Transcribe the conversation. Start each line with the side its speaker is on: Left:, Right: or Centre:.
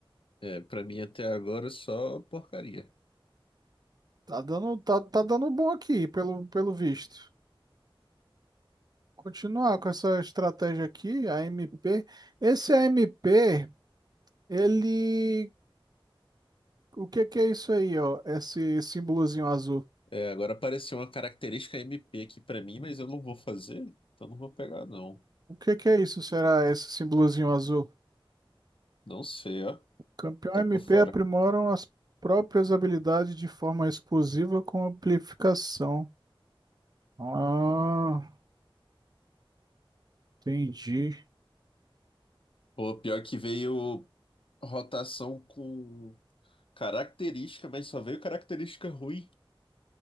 Left: É, pra mim até agora só porcaria.
Right: Tá dando, tá, tá dando bom aqui, pelo, pelo visto. Continuar com essa estratégia aqui, a AMP. Esse a AMP, ele. O que que é isso aí, ó? Esse símbolozinho azul.
Left: É, agora apareceu uma característica MP aqui pra mim, mas eu não vou fazer, então não vou pegar não.
Right: O que que é isso? Será esse símbolozinho azul?
Left: Não sei, ó.
Right: Campeão
Left: Tô
Right: MP
Left: por fora.
Right: aprimoram as próprias habilidades de forma exclusiva com amplificação. Ah, entendi.
Left: Pô, pior que veio rotação com característica, mas só veio característica ruim.